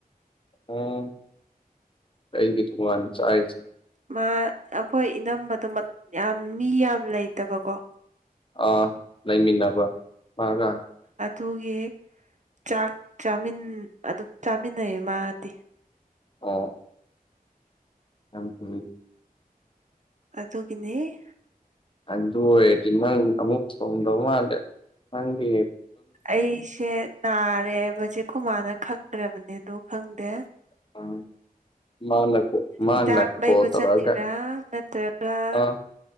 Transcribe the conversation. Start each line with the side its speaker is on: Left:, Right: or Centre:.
Left: ꯑꯣ ꯀꯩꯒꯤ ꯇꯣꯉꯥꯟ ꯆꯥꯏꯖꯦ
Right: ꯃꯥ ꯑꯈꯣꯏ ꯏꯅꯝꯕꯗꯣ ꯃꯠ ꯌꯥꯝ ꯃꯤ ꯌꯥꯝ ꯂꯩꯇꯕꯀꯣ
Left: ꯑꯥ ꯂꯩꯃꯤꯟꯅꯕ <unintelligible>
Right: ꯑꯗꯨꯒꯤ ꯆꯥꯛ ꯆꯥꯃꯤꯟ ꯑꯗꯨꯝ ꯆꯥꯃꯤꯟꯅꯩꯌꯦ ꯃꯥꯗꯤ
Left: ꯑꯣ ꯌꯥꯝ <inaudible> ꯀꯣ
Right: ꯑꯗꯨꯒꯤꯅꯦ
Left: ꯑꯗꯨ ꯑꯣꯏꯔꯗꯤ ꯅꯪ ꯑꯃꯨꯛ ꯊꯣꯡꯗꯧ ꯃꯥꯜꯂꯦ ꯅꯪꯗꯤ
Right: ꯑꯩꯁꯦ ꯅꯥꯔꯦꯕꯁꯦ ꯈꯣꯏꯃꯥꯅ ꯈꯪꯒ꯭ꯔꯕꯅꯦ ꯗꯣ ꯈꯪꯗꯦ
Left: <unintelligible>
Right: ꯍꯤꯗꯥꯛ ꯂꯩꯕ
Left: ꯀꯣꯜ ꯇꯧꯔꯛꯑꯒ
Right: ꯆꯠꯂꯤꯔꯥ ꯅꯠꯇ꯭ꯔꯒ
Left: ꯑꯥ